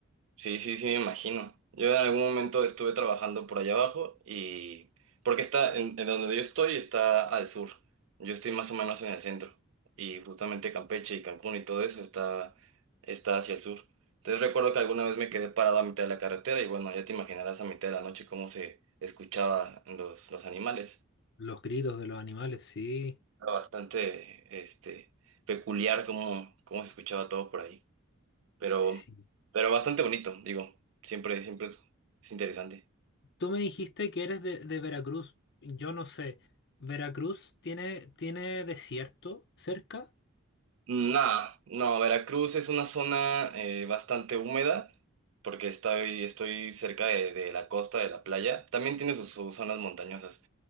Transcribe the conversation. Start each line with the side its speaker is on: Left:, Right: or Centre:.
Right: Sí, sí, sí, me imagino. Yo en algún momento estuve trabajando por allá abajo y... Porque está, en, en donde yo estoy está al sur. Yo estoy más o menos en el centro. Y justamente Campeche y Cancún y todo eso está, está hacia el sur. Entonces recuerdo que alguna vez me quedé parado a mitad de la carretera y bueno, ya te imaginarás a mitad de la noche cómo se escuchaba los, los animales.
Left: Los gritos de los animales, sí,
Right: Era bastante, este, peculiar cómo, cómo se escuchaba todo por ahí. Pero,
Left: sí.
Right: pero bastante bonito, digo. Siempre, siempre es interesante.
Left: Tú me dijiste que eres de, de Veracruz. Yo no sé. ¿Veracruz tiene, tiene desierto cerca?
Right: Nada, No, no, Veracruz es una zona eh, bastante húmeda porque estoy, estoy cerca de, de la costa, de la playa. También tiene sus, sus zonas montañosas,